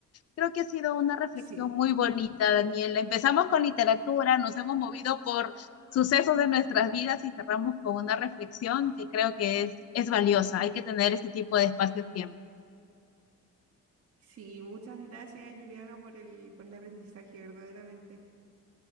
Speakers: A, on the left; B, on the right.
A: Creo que ha sido una reflexión
B: sí.
A: muy bonita, Daniela. Empezamos con literatura, nos hemos movido por sucesos de nuestras vidas y cerramos con una reflexión que creo que es, es valiosa. Hay que tener este tipo de espacios siempre.
B: Sí, muchas gracias, Juliana, por el, por el aprendizaje, verdaderamente.